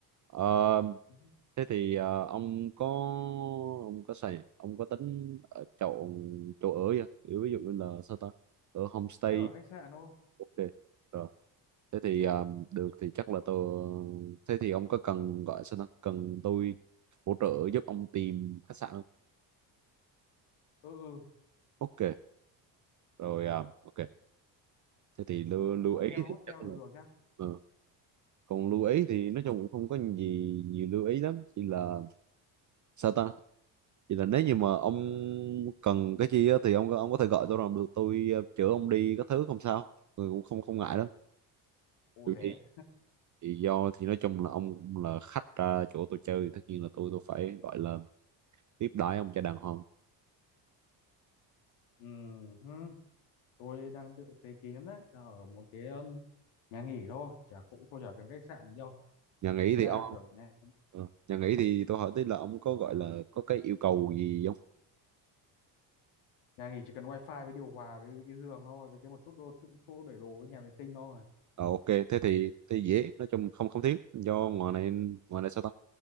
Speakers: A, on the right; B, on the left.
A: Ờ,
B: Ừ,
A: thế thì ờ, ông có ông có xài ông có tính ở chọn chỗ ở chưa Kiểu ví dụ như là sao ta ở homestay
B: Chắc ở khách sạn thôi.
A: ok rồi thế thì ờ, được thì chắc là tôi thế thì ông có cần gọi sao ta cần tôi hỗ trợ giúp ông tìm khách sạn không
B: Ừ ừ,
A: ok rồi ờ, ok thế thì lưu, lưu
B: hotel
A: ý thì
B: hotel
A: chắc là
B: đều được nhá.
A: ờ. còn lưu ý thì nói chung cũng không có gì nhiều lưu ý lắm chỉ là sao ta Vậy là nếu như mà ông cần cái chi á, thì ông ông có thể gọi tôi làm được tôi ờ, chở ông đi các thứ không sao tôi cũng không không ngại đó
B: Ô
A: Dù
B: rẻ.
A: gì thì do thì nói chung là ông cũng là khách ra chỗ tôi chơi tất nhiên là tôi tôi phải gọi là tiếp đãi ông cho đàng hoàng
B: Ừ, hứ, tôi đang tự tế kỷ lắm đấy là ở một cái ừm, nhà nghỉ thôi, chả cũng không chả cần khách sạn gì đâu.
A: nhà nghỉ
B: Thực
A: thì
B: ra
A: ông
B: kiểu nhà
A: ờ, nhà nghỉ thì tôi hỏi tí là ông có gọi là có cái yêu cầu gì không
B: nhà nghỉ chỉ cần wifi với điều hòa với, với cái giường thôi với cái một chút đô chút chỗ để đồ với nhà vệ sinh thôi
A: Ờ ok thế thì thế dễ nói chung không không thiếu do ngoài này ngoài này sao ta